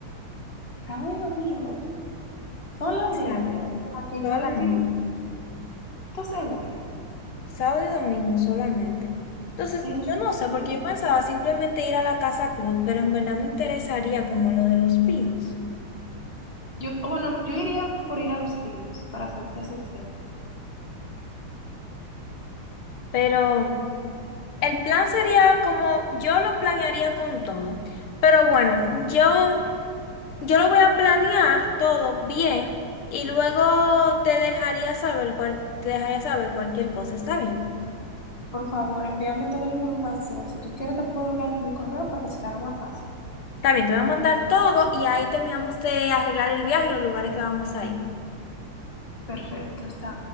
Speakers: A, on the left; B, on the left.
A: Sábado y domingo, solamente.
B: exacto
A: O sea, que
B: solamente.
A: yo decir, como, ¿estás segura?
B: Sábado y domingo solamente. Entonces,
A: Eso
B: yo
A: tú
B: no sé,
A: decides.
B: porque yo pensaba simplemente ir a la Casa Club, pero en verdad me interesaría como lo de los pinos.
A: Yo, bueno, yo iría por ir a los vinos, para serte sincera.
B: Pero el plan sería como yo lo planearía con todo. Pero bueno, yo, yo lo voy a planear todo bien y luego te dejaría saber cual- te dejaría saber cualquier cosa. ¿Está bien?
A: Por favor, envíame toda la información. Si tú quieres, te puedo enviar mi correo para que se te haga más fácil.
B: Está bien, te voy a mandar todo y ahí terminamos de arreglar el viaje y los lugares que vamos a ir.
A: Perfecto, está.